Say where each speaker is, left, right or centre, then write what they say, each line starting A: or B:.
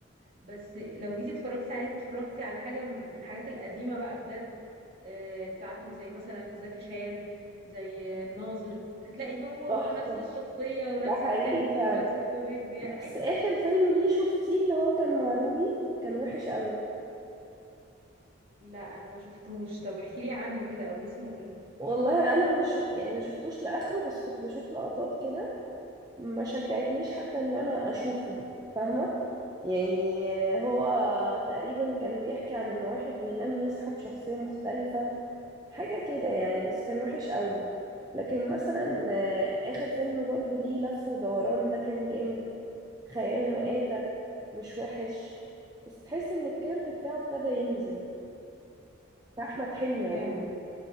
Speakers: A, on the right; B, on the right.
A: بس لو جيتي اتفرجتي عليه واتفرجتي على حاجه من الحاجات القديمه بقى بجد آه، بتاعته زي مثلا زكي شان زي الناظر هتلاقي هو هو
B: تحفة
A: نفس الشخصيه ونفس
B: ده حقيقي
A: الضحك
B: فعلا
A: ونفس الكوميديا
B: بس
A: ايوه
B: اخر فيلم ليه شفتيه اللي هو كان مع روبي كان وحش قوي
A: لا انا ما شفتوش طب احكي لي عنه كده او اسمه ايه
B: والله انا مش يعني ما شفتوش لاخره بس كنت بشوف لقطات كده ما شجعتنيش حتى ان انا اشوفه فاهمه يعني هو تقريبا كان بيحكي عن ان واحد بينام يصحى بشخصيه مختلفه حاجه كده يعني بس كان وحش قوي لكن مثلا آه، اخر فيلم برضو ليه لف ودوران ده كان جامد خيال مآتة مش وحش بس تحسي ان الكيرف بتاعه ابتدى ينزل بتاع احمد حلمي
A: ياه
B: عموما